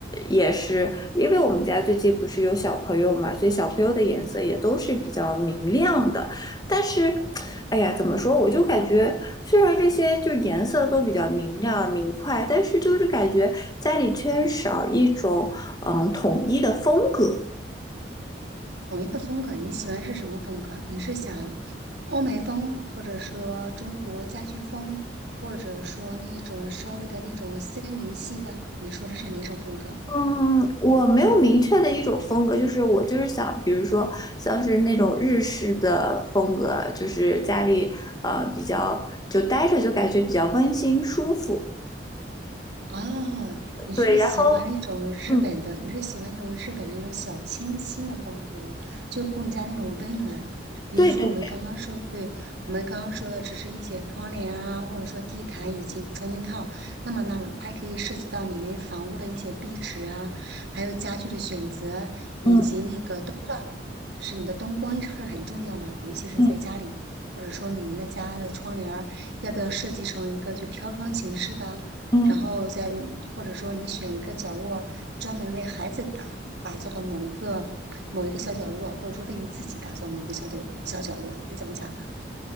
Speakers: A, on the left; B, on the right.
A: 也是，因为我们家最近不是有小朋友嘛，所以小朋友的颜色也都是比较明亮的。但是哎呀，怎么说？我就感觉，虽然这些就是颜色都比较明亮明快，但是就是感觉家里缺少一种嗯统一的风格。
B: 统一的风格，你喜欢是什么风格？你是想欧美风，或者说中国家居风，或者说那种稍微的那种森林系的？你说的是哪种风格？
A: 嗯，我没有明确的一种风格，就是我就是想，比如说像是那种日式的风格，就是家里呃比较就待着就感觉比较温馨舒服。
B: 哦，你是喜欢那种日本的，
A: 对，然后嗯，
B: 你是喜欢那种日本的那种小清新的风格，就更加那种温暖。比如说我们刚刚说，
A: 对对对，
B: 对，我们刚刚说的只是一些窗帘啊，或者说地毯以及窗帘套，那么那么还可以涉及到你们房屋的一些壁纸啊，还有家具的选择，以及那个灯罩，
A: 嗯
B: 就是你的灯光是很重要嘛，尤其是在家里，
A: 嗯
B: 或者说你们的家的窗帘儿要不要设计成一个就飘窗形式的？
A: 嗯，
B: 然后在，或者说你选一个角落专门为孩子打打造的某一个某一个小角落，或者说为你自己打造某一个小角落小角落，你怎么想的？